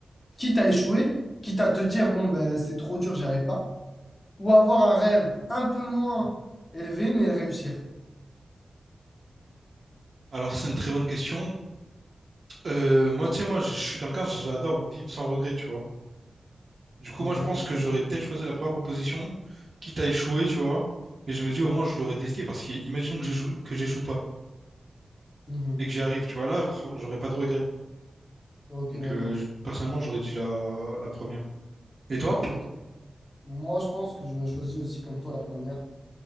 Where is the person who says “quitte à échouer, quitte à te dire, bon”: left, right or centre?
Left